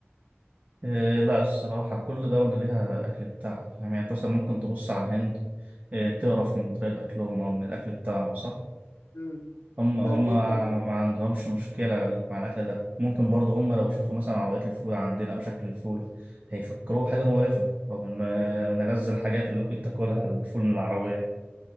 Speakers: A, on the right; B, on the left.
A: آه، لا الصراحه كل دوله ليها الاكل بتاعها يعني انت مثلا ممكن تبص على الهند آه، تعرف من طريقه اكلهم او من الاكل بتاعهم صح
B: امم
A: هم هم
B: ده اكيد
A: ما
B: طبعا
A: عندهمش مشكله مع الاكل ده ممكن برضه هم لو شافوا مثلا عربيات الفول عندنا او شكل الفول هيفكروه حاجه مقرفه رغم ان آه،
B: مم.
A: من ألذ الحاجات اللي ممكن تاكلها الفول من العربيه